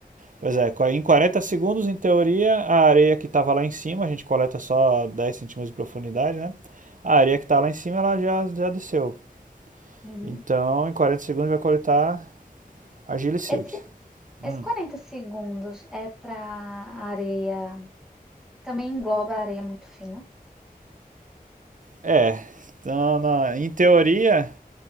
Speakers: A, on the right; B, in the centre.
A: Pois é, em 40 segundos, em teoria, a areia que estava lá em cima, a gente coleta só 10 centímetros de profundidade, né? A areia que está lá em cima, ela já, já desceu.
B: Uhum.
A: Então, em 40 segundos, vai coletar argila e silt.
B: Esse Esses
A: Hum.
B: 40 segundos é para areia. Também engloba areia muito fina.
A: É, então, na- em teoria,